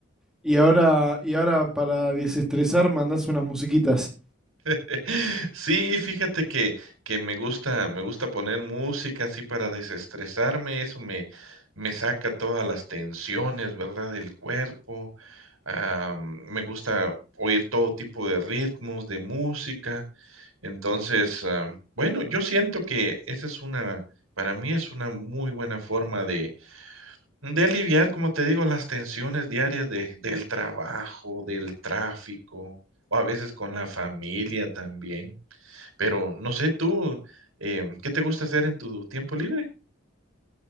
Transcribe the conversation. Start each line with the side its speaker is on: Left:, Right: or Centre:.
Centre: y ahora, y ahora para desestresar mandás unas musiquitas.
Right: <laughs> Sí, fíjate que que me gusta me gusta poner música así para desestresarme, eso me me saca todas las tensiones, ¿verdad?, del cuerpo, am, me gusta oír todo tipo de ritmos, de música. Entonces, am, bueno, yo siento que esa es una para mí es una muy buena forma de de aliviar, como te digo, las tensiones diarias de del trabajo, del tráfico, o a veces con la familia también. Pero no sé, tú, em, ¿qué te gusta hacer en tu tiempo libre?